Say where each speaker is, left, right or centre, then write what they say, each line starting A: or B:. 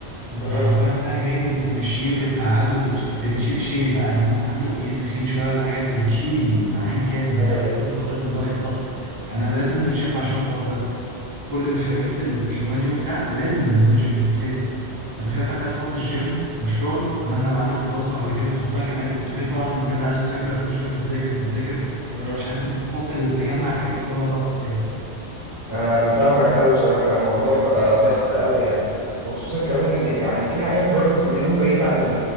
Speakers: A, on the right (about 20°); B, on the right (about 55°).
A: انت
B: مم.
A: حرفيا بقى جايبه بتمشيه وبتقعده وبتش... انت بتشيل شيل بقى لو مثلا حد اوبيز تخين شويه ولا حاجه انت بتشيل العين كامل بقى
B: ايوه
A: كده تفضل لغايه ما ضهرك اتقطع يعني انا بدات انزل جيم عشان الحوار ده كل اللي شغالين في ال... في الشغلانه دي وبتاع لازم النزول جيم اساسي فتخيل بقى انت عايز تحط الجيم والشغل وكمان لو عندك دراسه ولا كده تحطها كمان والتغيير طبعا المجال ده عايز مذاكره كل شويه بتذاكر بتذاكر
B: مم.
A: مش عارف انت تحط ال- تجمع الحاجات دي كلها مع بعض ازاي
B: انا فاهمك قوي بصراحه الموضوع بقى ضغط قوي يعني وخصوصا كمان إن يعني في حاجات برضه في اليوم بعيد عن